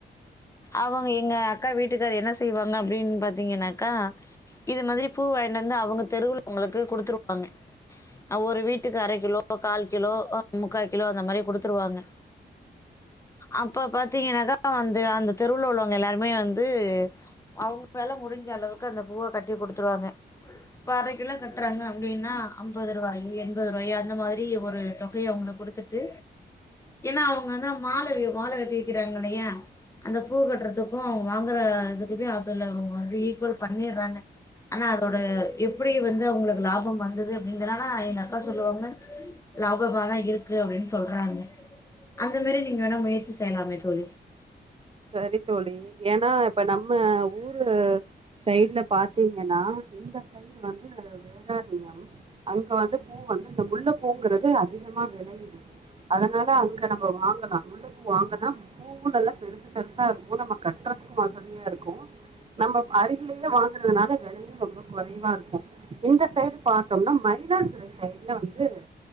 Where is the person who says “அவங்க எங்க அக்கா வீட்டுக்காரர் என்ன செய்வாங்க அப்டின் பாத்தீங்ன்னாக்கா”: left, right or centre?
Left